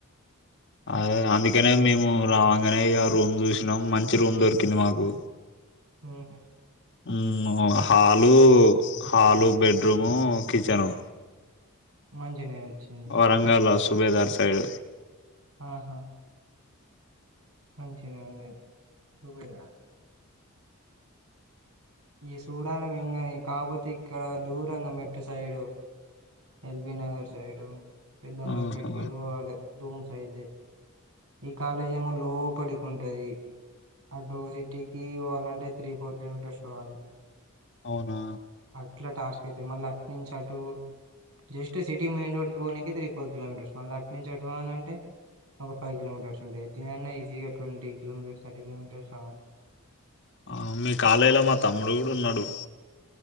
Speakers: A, on the left; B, on the right.
A: అదే అందుకనే మేము రావంగానే ఇక రూమ్ చూసినాం మంచి రూమ్ దొరికింది మాకు
B: హ్మ్ హు
A: హ్మ్ హాలు హాలు బెడ్రూము కిచెను
B: మంచినేే వచ్చింది
A: వరంగల్ సుబేదార్ సైడ్
B: ఆహా మంచినే ఉన్నది రుబేదా ఈ సూడాల ఇంగనే కాపోతే ఇక్కడ దూరంగా మెట్టు సైడు ఎల్బి నగర్ సైడు పెద్దమ్బరి
A: ఆహా
B: పేట్కెళ్ళి పోవాలి రూమ్స్ అయితే ఈ కాలేజ్ ఏమో లోపటికి ఆ డో సిటీకి పోవాలంటే త్రీ ఫోర్ కిలోమీటర్స్ పోవాలి
A: అవునా
B: అట్లా టాస్క్ అయితే మళ్ళీ అట్నించ అటు జస్ట్ సిటీ మెయిన్ రోడ్ కి పోనికి త్రీ ఫోర్ కిలోమీటర్స్ మళ్ళీ అటు నుంచి అటు పోవాల అంటే ఒక ఫైవ్ కిలోమీటర్స్ ఉంటాయి ఎట్లాన్నా ఈజీగా ట్వంటీ కిలోమీటర్స్ థర్టీ కిలోమీటర్స్ రావాలి
A: ఆ మీ కాలేజలో మా తమ్ముడు కూడా ఉన్నాడు